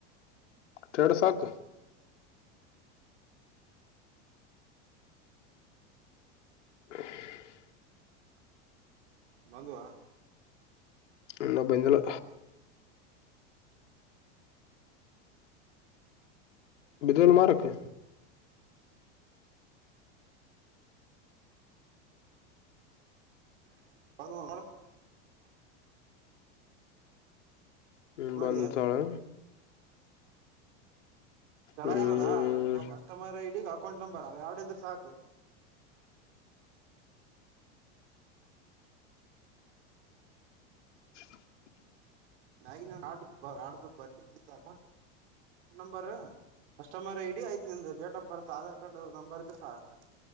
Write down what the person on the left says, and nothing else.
ಸ್ಟೇಟಸ್ ಹಾಕು. <inaudible>
ಇನ್ನ ಬಂದಿಲ್ಲ. ಬಿದಲ್ ಮಾರಕ್ಕೆ.
ಹ್ಮ್
ಬಂದು ತೋಳೊ.
ಹ್ಮ್
<inaudible>